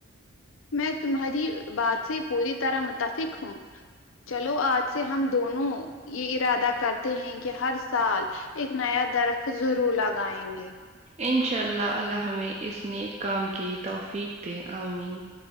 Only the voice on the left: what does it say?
میں تمہاری بات سے پوری طرح متفق ہوں چلو آج سے ہم دونوں یہ ارادہ کرتے ہیں کہ ہر سال ایک نیا درخت ضرور لگائیں گے